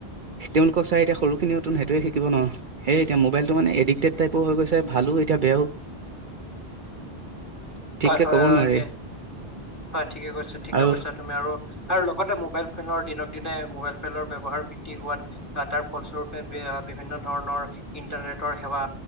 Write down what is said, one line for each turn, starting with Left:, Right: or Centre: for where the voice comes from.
Right: তেওঁলোকক চাই এতিয়া সৰুখিনিয় ত সেইটোৱে শিকিব ন। সেইয়ে এতিয়া মোবাইলটো মানে এডিক্টেড টাইপ হৈ গৈছে ভালো এতিয়া বেয়াও। সঠিকে
Left: হয় হয়
Right: কব
Left: হয়
Right: নোৱাৰি।
Left: এ হয় ঠিকে কৈছা ঠিকে
Right: আৰু
Left: কৈছা তুমি আৰু আৰু লগতে মোবাইল ফোনৰ দিনক দিনে মোবাইল ফোনৰ ব্যবহাৰ বৃদ্ধি হোৱাত তাৰ ফলস্বৰূপে বিভিন্ন ধৰণৰ ইন্টাৰনেটৰ সেৱা